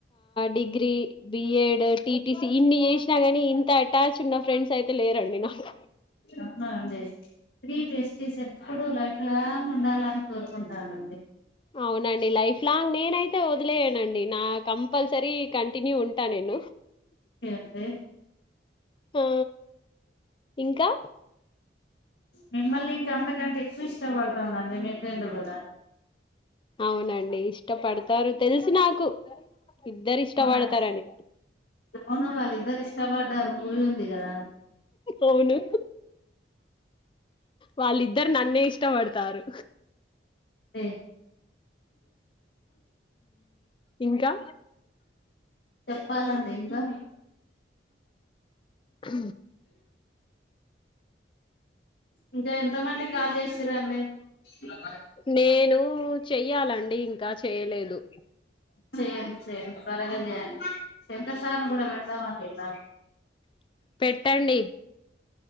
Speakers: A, on the left; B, on the left.
A: degree BEd టీటిస్ ఇన్ని చేష్ ఇనా కానీ ఇంత అటాచ్ ఉన్న ఫ్రెండ్స్ అయితే లేరండి నాకు
B: అవునా అండి త్రీ బెస్టీస్ ఎప్పుడు లైఫ్ లాంగ్ ఉండాలని కోరుకుంటానండి
A: అవునండి లైఫ్ లాంగ్ నేనైతే వ వలేనండి నా కంపల్సరీ కంటిన్యూ ఉంటా నేను
B: అండి
A: ఆ ఇంకా
B: నిమ్మల్ ఇంకా అంత కంత ఇ ఇష్టపడుతుందండి మీ ఫ్రెండ్ కూడా
A: అవునండి అే ఇష్టపడతారు తెలిసి నాకు ఇద్దరు ఇష్టపడతారని
B: అవునా అండి, అవును వాళ్ళిద్దరు ఇష్టపడ్డారు మూవీ ఉంది కదా
A: అవును వాళ్ళిద్దరు నన్నే ఇష్టపడతారు
B: అ
A: ఇంకా
B: చెప్పాలండి ఇంకా
A: హ
B: ఇంకా ఎంత మంది కాల్ చేశారంండి మర్ద
A: నేను చెయ్యాలండి ఇంకా చెయలేదు
B: చేయండి చేయండి తోరగా చేయండి చింత సం కూడా పెడదాం
A: పెట్టండి.